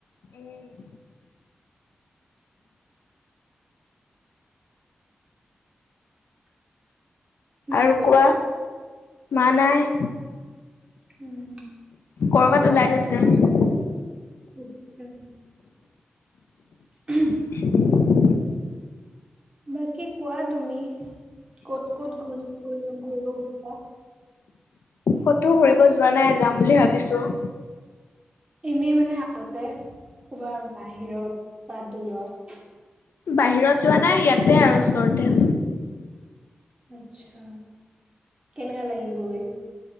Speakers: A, on the left (about 85°); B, on the right (about 30°).
A: উম
B: মা
A: আৰু
B: ক'ত
A: কোৱা, মা নাই
B: উম
A: কৰ'বাত ওলাই গৈছে। উম
B: <unintelligible> <unintelligible>
A: <inaudible>
B: বাকী কোৱা তুমি, ক'ত ক'ত ঘূৰি ঘূৰিব গৈছা?
A: ক'ত ঘুৰিব যোৱা নাই, যাম বুলি ভাবিছো।
B: এনেই মানে আহোতে ক'বাৰ বাহিৰত বা দূৰত,
A: বাহিৰত যোৱা নাই, ইয়াতে আৰু ওচৰতে।
B: আচ্ছা, কেনেকা লাগিল গৈ,